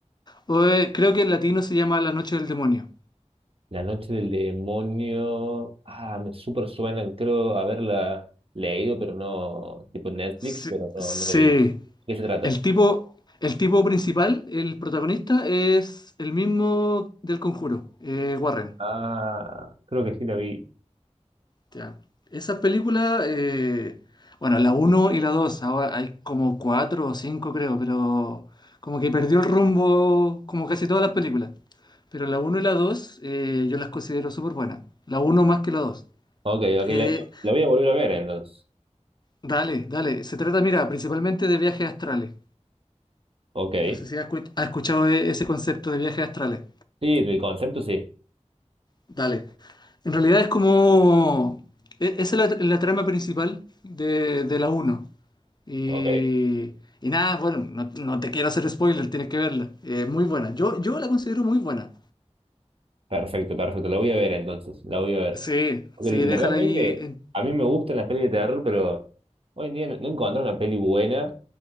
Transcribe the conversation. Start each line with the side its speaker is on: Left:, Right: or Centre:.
Left: Eh, creo que en latino se llama La Noche del Demonio.
Right: La Noche del Demonio. Ah, me súper suena, creo haberla leído, pero no, tipo Netflix,
Left: Sí.
Right: pero no,
Left: sí.
Right: no la vi. ¿De ¿Qué se trata?
Left: El tipo, el tipo principal, el protagonista, es el mismo del Conjuro, eh, Warren.
Right: Ah, creo que sí la vi.
Left: Ya. Esa película, eh, bueno, la uno y la 2, ahora hay como 4 o 5 creo, pero como que perdió el rumbo como casi todas las películas. Pero la uno y la 2, eh, yo las considero súper buenas. La uno más que la 2.
Right: Ok, ok,
Left: Eh,
Right: le la voy a volver a ver entonces.
Left: dale, dale. Se trata, mira, principalmente de viajes astrales.
Right: Ok.
Left: No sé si has escu- has escuchado e- ese concepto de viajes astrales.
Right: Sí, el concepto sí.
Left: Dale. En realidad es como... e- Esa es la, la trama principal de, de la uno Y,
Right: Ok.
Left: y nada, bueno, no, no te quiero hacer spoiler, tienes que verla. Es muy buena. Yo, yo la considero muy buena.
Right: Perfecto, perfecto. La voy a ver entonces. La voy a ver.
Left: Sí,
Right: Porque
Left: sí,
Right: l-
Left: déjala
Right: realmente
Left: ahí. Eh,
Right: a mí me gustan las pelis de terror, pero hoy en día no, no encontré una peli buena.